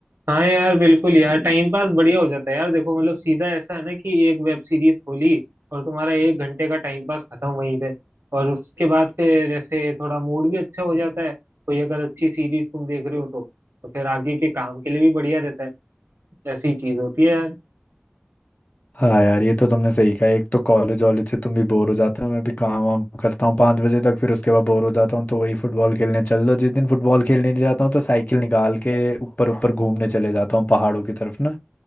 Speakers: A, on the right (about 75°); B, on the left (about 45°).
A: हाँ यार बिल्कुल यार टाइम पास बढ़िया हो जाता है यार देखो मतलब सीधा ऐसा है ना कि एक वेब सीरीज खोली और तुम्हारा एक घंटे का टाइम पास खत्म वहीं पे और उसके बाद फिर ऐसे थोड़ा मूड भी अच्छा हो जाता है कोई अगर अच्छी सीरीज तुम देख रहे हो तो तो फिर आगे के काम के लिए भी बढ़िया रहता है ऐसी चीज होती है यार
B: हाँ यार ये तो तुमने सही कहा एक तो कॉलेज वॉलेज से तुम भी बोर हो जाते हो मैं भी काम वाम करता हूँ पाँच बजे तक फिर उसके बाद बोर हो जाता हूँ तो वही फुटबॉल खेलने चल दो जिस दिन फुटबॉल खेलने नहीं जाता हूँ तो साइकिल निकाल के ऊपर ऊपर घूमने चले जाता हूँ पहाड़ों की तरफ ना